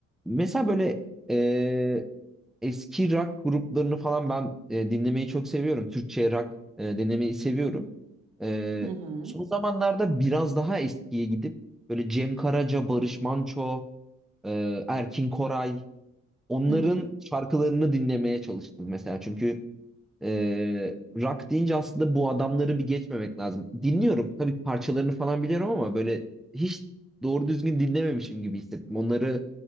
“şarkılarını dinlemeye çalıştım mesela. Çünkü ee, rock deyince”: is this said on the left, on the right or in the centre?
Centre